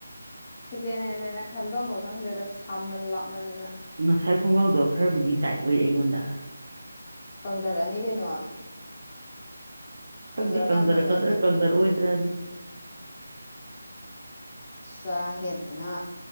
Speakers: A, on the left (about 30°); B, on the right (about 65°).
A: ꯁꯦꯀꯦꯟ ꯍꯦꯦꯅ ꯈꯟꯐꯝꯈꯣꯏ ꯈꯪꯗꯦꯗ ꯁꯃꯜ ꯂꯥꯛꯃꯟꯗꯨꯅ
B: ꯉꯁꯥꯏ ꯈꯣꯡꯒ꯭ꯔꯥꯎꯗꯣ ꯈꯔꯕꯨꯗꯤ ꯇꯥꯏꯠ ꯑꯣꯏ ꯑꯩꯉꯣꯟꯗ
A: ꯀꯪꯊꯔꯛꯑꯅꯤ ꯀꯩꯅꯣ
B: ꯈꯪꯗꯦ
A: ꯀꯪꯊꯔꯀꯥꯟꯗ
B: ꯀꯪꯗꯔꯛꯀꯗ꯭ꯔꯥ
A: ꯅꯩꯅꯕ
B: ꯀꯪꯗꯔꯑꯣ
A: ꯁꯦꯟꯅ
B: ꯑꯣꯏꯗ꯭ꯔꯗꯤ
A: ꯁꯥꯍꯦꯗꯅ